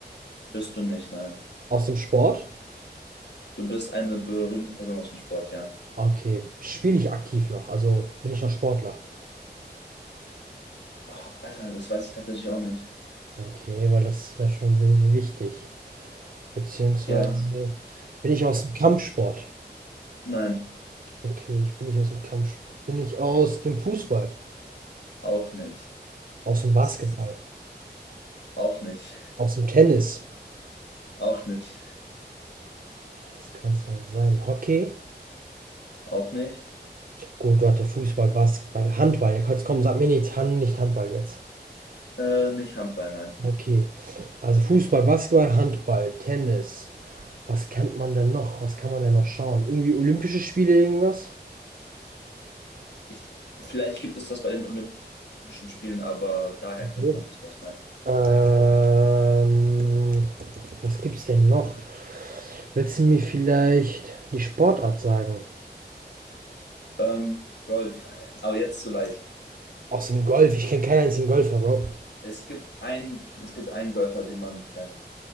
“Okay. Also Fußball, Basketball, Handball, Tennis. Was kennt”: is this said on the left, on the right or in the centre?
Right